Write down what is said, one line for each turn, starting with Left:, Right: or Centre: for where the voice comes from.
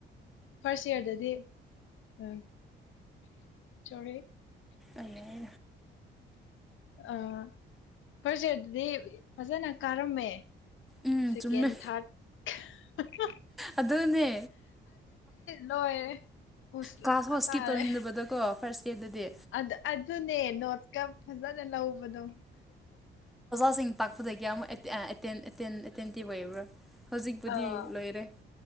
Left: ꯐꯥꯔꯁ ꯏꯌꯥꯔꯗꯗꯤ ꯎ ꯆꯔꯤ
Centre: ꯑꯂ
Left: ꯑ ꯐꯔꯁꯦꯗꯤ ꯐꯖꯅ ꯀꯥꯔꯝꯃꯦ
Centre: ꯎꯝ
Left: ꯁꯦꯀꯦꯟ
Centre: ꯆꯨꯝꯃꯦ
Left: ꯊꯥꯔꯗ
Centre: ꯑꯗꯨꯅꯦ
Left: ꯂꯣꯏꯔꯦ ꯎꯁꯂꯥ
Centre: ꯀ꯭ꯂꯥꯁ ꯐꯁꯀꯤ
Left: ꯇꯥꯔꯦ
Centre: ꯇꯧꯅꯤꯡꯗꯕꯗꯀꯣ ꯐꯥꯔꯁ ꯏꯌꯥꯔꯗꯗꯤ
Left: ꯑꯗ ꯑꯗꯨ ꯑꯗꯨ ꯅ ꯅꯠꯀꯞ ꯐꯖꯅꯦ ꯂꯕꯗꯣ
Centre: ꯁꯤꯡ ꯇꯥꯛꯄꯗꯒꯤ ꯑꯃꯨꯛ ꯑꯦꯇꯦꯟ ꯇꯤꯕ ꯑꯣꯏꯕ꯭ꯔꯥ ꯍꯧꯖꯤꯛꯄꯨꯗꯤ
Left: ꯑꯥ
Centre: ꯂꯣꯏꯔꯦ